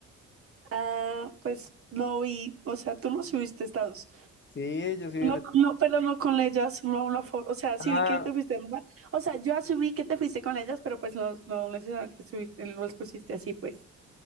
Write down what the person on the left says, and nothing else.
Sí, yo soy
una...
Ah,